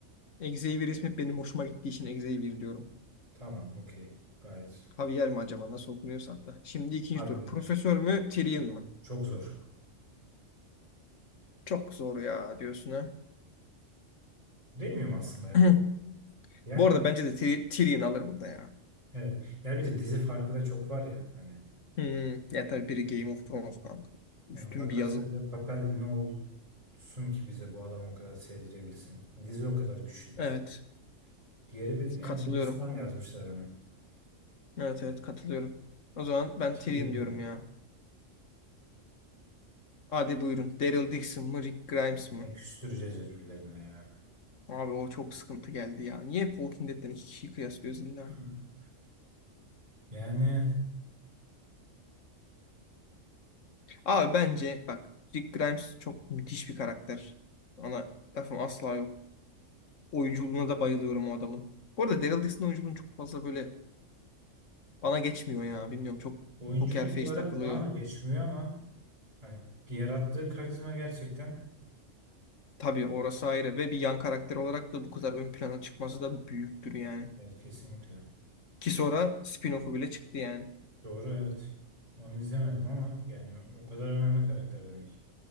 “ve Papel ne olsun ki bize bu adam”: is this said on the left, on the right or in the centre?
Right